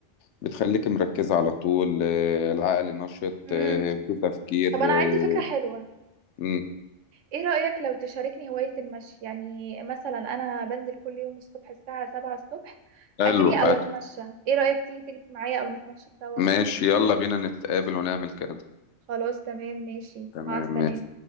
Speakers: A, on the left (about 70°); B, on the right (about 80°).
A: بتخليك مركزة على طول آه، العقل نشط
B: امم
A: آه، في تفكير
B: طب انا
A: آه،
B: عندي فكرة حلوة
A: مم.
B: ايه رأيك لو تشاركني هواية المشي يعني مثلا انا بنزل كل يوم الصبح الساعة سبعة الصبح
A: حلو
B: اجري او
A: أت-
B: اتمشى ايه رأيك تيجي تجري معايا او نتمشى سوا
A: ماشي يلا بينا نتقابل ونعمل كده
B: خلاص تمام ماشي
A: تمام
B: مع السلامة
A: ماشي.